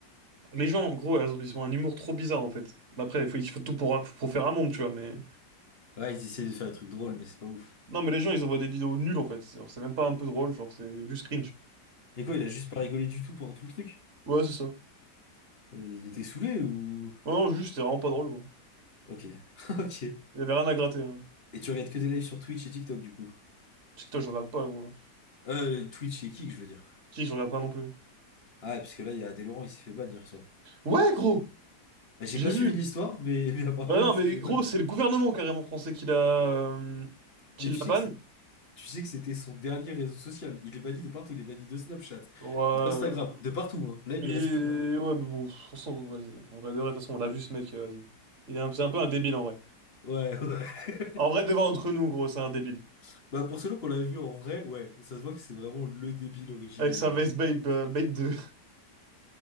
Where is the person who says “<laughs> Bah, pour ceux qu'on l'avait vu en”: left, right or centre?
Left